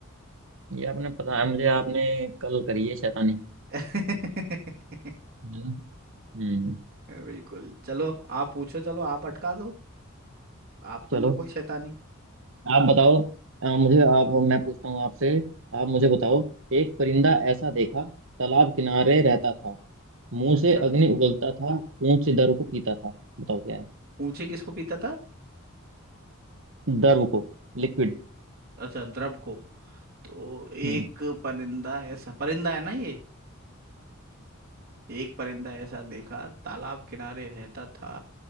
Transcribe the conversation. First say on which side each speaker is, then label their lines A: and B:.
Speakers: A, on the right (about 65°); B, on the right (about 45°).
A: ये आपने पता है मुझे आपने कल करी है शैतानी
B: <laughs>
A: है ना हम्म
B: बिल्कुल चलो आप पूछो चलो आप अटका दो आप कर
A: चलो
B: लो कोई शैतानी
A: आप बताओ अ, मुझे आप मैं पूछता हूँ आपसे आप मुझे बताओ एक परिंदा ऐसा देखा तालाब किनारे रहता था मुंह
B: अच्छा
A: से अग्नि उगलता था खून से द्रव को पीता था बताओ क्या है
B: पूछे किसको पीता था
A: द्रव को लिक्विड
B: अच्छा द्रव को तो एक
A: हम्म
B: परिंदा ऐसा परिंदा है ना ये एक परिंदा ऐसा देखा तालाब किनारे रहता था